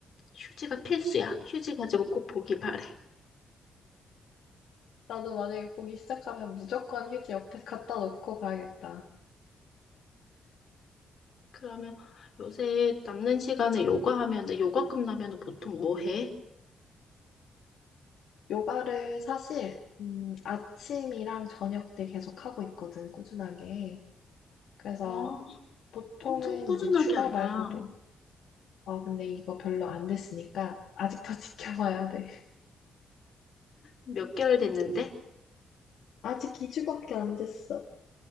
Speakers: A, on the left; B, on the left.
A: 휴지가 필수야. 휴지 가지고 꼭 보기 바래.
B: 나도 만약에 보기 시작하면 무조건 휴지 옆에 갖다 놓고 봐야겠다.
A: 그러면 요새 남는 시간에 요가 하면은 요가 끝나면은 보통 뭐 해?
B: 요가를 사실, 음, 아침이랑 저녁 때 계속 하고 있거든, 꾸준하게. 그래서
A: 어,
B: 보통은
A: 엄청 꾸준하게
B: 이제 주말
A: 한다.
B: 말고도, 아 근데 이거 별로 안 됐으니까 아직 더 <laughs> 지켜봐야 돼.
A: 몇 개월 됐는데?
B: 아직 2주밖에 안 됐어.